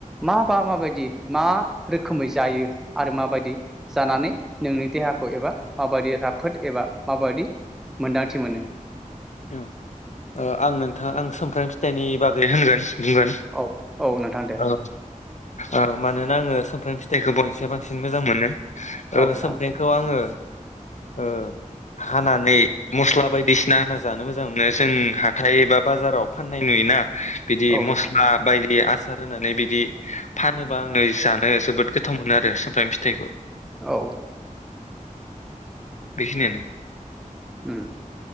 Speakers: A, in the centre; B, on the left (about 60°).
A: माबा माबायदि मा रोखोमै जायो आरो माबायदि जानानै नोंनि देहाखौ एबा माबायदि राफोद माबादि मोन्दांथि मोनो?
B: औ आं <unintelligible> फिथाइनि बागै होनगोन बुंगोन
A: औ औ नोंथां दे
B: औ औ मानोना आङो सुमफ्राम फिथाइखौ बयनसै बांसिन मोजां मोनो। ओ
A: औ नोंथां
B: सोमफ्रेंखौ आङो ओ हानानै मस्ला बायदिसिना होनांगौ जानो मोजां मोनो जों हाथाय बा बाजाराव फाननाय नुयोना। बिदि
A: औ
B: मस्ला
A: नोंथां
B: बायदि हासार होनानै बिदि फानोबा आङो जानो जोबोद गोथाव मोनो आरो सुमफ्राम फिथाइखौ
A: औ
B: बेखिनियानो
A: ओम